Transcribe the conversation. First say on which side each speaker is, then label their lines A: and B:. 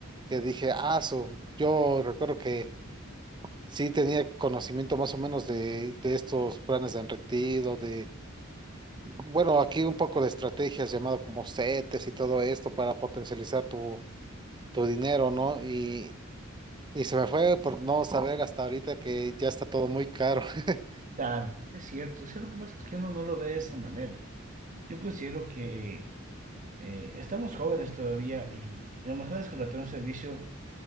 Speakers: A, on the right; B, on the right.
A: que dije, ah, su, yo recuerdo que sí tenía conocimiento más o menos de, de estos planes de enretido, de, bueno, aquí un poco de estrategias llamado como CETES y todo esto para potencializar tu, tu dinero, ¿no? Y, y se me fue por no saber hasta ahorita que ya está todo muy caro. <laughs>
B: Claro, es cierto. Sí, lo que pasa es que uno no lo ve de esa manera. Yo considero que eh, estamos jóvenes todavía y lo mejor es contratar un servicio